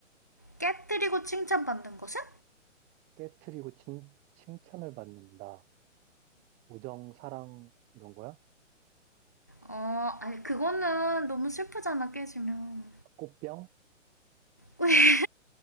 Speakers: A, on the left; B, on the right.
A: 깨뜨리고 칭찬받는 것은
B: 깨트리고 칭, 칭찬을 받는다. 우정, 사랑, 이런 거야?
A: 음어 아니 그거는 너무 슬프잖아 깨지면
B: 꽃병?
A: <laughs>